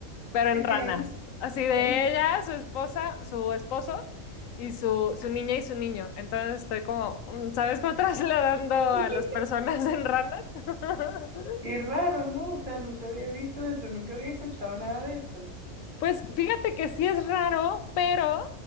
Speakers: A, on the left; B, on the right.
A: pero en
B: Ok,
A: ranas. Así de
B: ey,
A: ella, su esposa, su esposo y su, su niña y su niño. Entonces estoy como, mm, ¿sabes cómo <laughs> trasladando a
B: <laughs>
A: las personas en ranas? <laughs>
B: qué raro, ¿no? O sea, nunca había visto eso, nunca había escuchado nada de eso.
A: Pues fíjate que sí es raro, pero